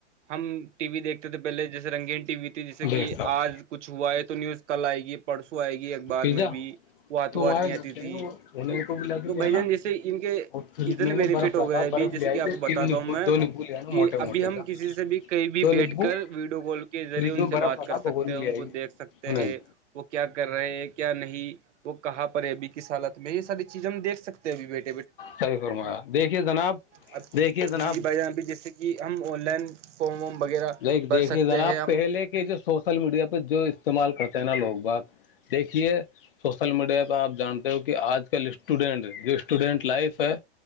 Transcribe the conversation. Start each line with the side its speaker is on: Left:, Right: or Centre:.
Right: ہم ٹی وی دیکھتے تھے پہلے جیسے رنگین ٹی وی تھی جیسے کہ
Left: بے شک
Right: آج کچ ہوا ہے تو نیوز کل آئے گی پرسوں آئے گی بار
Left: پیزا
Right: میں بھی وہ آ تو
Left: ہمارے
Right: آات نہیں آتی
Left: گھر پہ
Right: تھی
Left: نا انہیں
Right: تو
Left: کو بھی لا کے
Right: تو
Left: لے
Right: بھائی
Left: آنا
Right: جان جیسے ان کے
Left: اور فریج
Right: اتنے
Left: میں
Right: بینفٹ
Left: نا برف
Right: ہو
Left: رکھا
Right: گئے اب
Left: برف
Right: جیسے
Left: لے آئے
Right: کہ آپ
Left: گی
Right: کو بتاتا
Left: تین نیبو
Right: ہوں میں
Left: دو نیبو لے آنا
Right: کہ
Left: موٹے
Right: ابھی
Left: موٹے
Right: ہم
Left: کا
Right: کسی سے بھی کہیں بھی
Left: دو
Right: بیٹھ
Left: نیبو
Right: کر ویڈیو کال کے ذریعے
Left: فریج
Right: ان
Left: میں
Right: سے
Left: برف
Right: بات
Left: رکھا
Right: کر سکتے
Left: بھگونی
Right: ہیں ان
Left: لے آئے
Right: کو
Left: گی
Right: دیکھ سکتے
Left: انہوں
Right: ہیں
Left: نے
Right: وہ کیا کر رہے ہے کیا نہیں وہ کہاں پر ہے ابھی کس حالت میں یہ ساری چیزیں ہم دیک سکتے ہیں ابھی بیٹے
Left: صیح فرمایا دیکھیے جناب
Right: اب
Left: دیکھیے جناب
Right: جی جی بھائی جان ابھی جیسے کہ ہم آن لائن فارم وم وغیرہ
Left: ل
Right: بھر
Left: دیکھیے
Right: سکتے
Left: جناب
Right: ہیں ہم
Left: پہلے کے جو سوشل میڈیا پہ جو استعمال کرتے ہیں نا لوگ باگ دیکھیے سوشل میڈیا پہ آپ جانتے ہو کہ آج کل اسٹوڈینٹ جو اسٹوڈینٹ لائف ہے